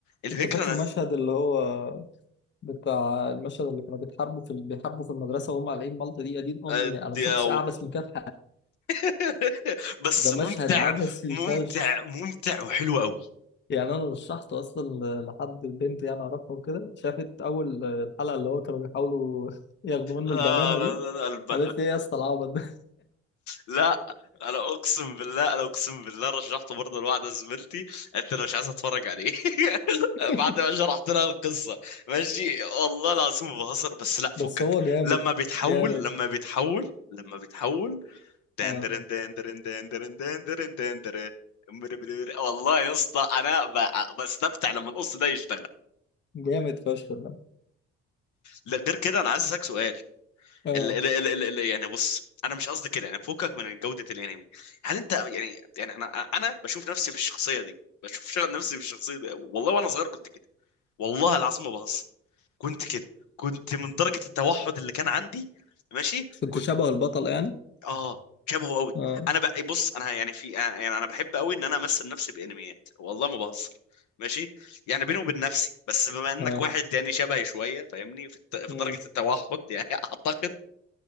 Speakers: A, on the left; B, on the left.
A: الفكره
B: انت فاكر مشهد
A: أنا-
B: اللي هو بتاع المشهد اللي كانوا بيتحاربوا في بيحاربوا في المدرسه وهم قالعين مالطه دي يا دين امي
A: آه،
B: انا
A: دي
B: ما شفتش
A: أو-
B: اعبث من كده في
A: <laughs> بس
B: ده مشهد
A: ممتع
B: عبثي
A: ممتع
B: فشخ
A: ممتع وحلو قوي
B: يعني انا رشحته اصلا لحد البنت يعني اعرفها وكده شافت اول الحلقه اللي هو كانوا بيحاولوا <laughs> ياخدوا منه
A: آه
B: البنانه
A: لا
B: دي
A: لا لا الب...
B: قالت لي ايه يا اسطى العبط ده
A: لا انا اقسم بالله انا اقسم بالله رشحته برضه لواحده زميلتي انت لو مش عايز اتفرج عليه <laughs>
B: <laughs>
A: بعد ما شرحت لها القصه ماشي والله العظيم ما بهزر بس لا فكك
B: بس هو جامد
A: لما بيتحول
B: جامد
A: لما بيتحول لما بيتحول دندرن
B: اه
A: دندرن دندرن دندرن دندرن والله يا اسطى انا ب- بستمتع لما القص ده يشتغل
B: جامد فشخ ده
A: لا، غير كده انا عايز اسالك سؤال
B: اه
A: ال ال ال ال ال يعني بص انا مش قصدي كده يعني فوقك من جودة الانمي هل انت يعني يعني انا انا بشوف نفسي في الشخصية دي بشوف ش- نفسي في الشخصية دي والله وانا صغير كنت كده والله العظيم ما بهزر كنت كده كنت من درجة التوحد اللي كان عندي ماشي
B: كنت
A: كنت
B: شبه البطل يعني
A: اه شبهه قوي
B: اه
A: انا بقى بص انا يعني في أنا- يعني انا بحب قوي ان انا امثل نفسي بانميات والله ما بهزر ماشي يعني بيني وبين نفسي بس بما انك
B: اه
A: واحد يعني شبهي شويه فاهمني في الت- في
B: امم
A: درجه التوحد يعني <laughs> اعتقد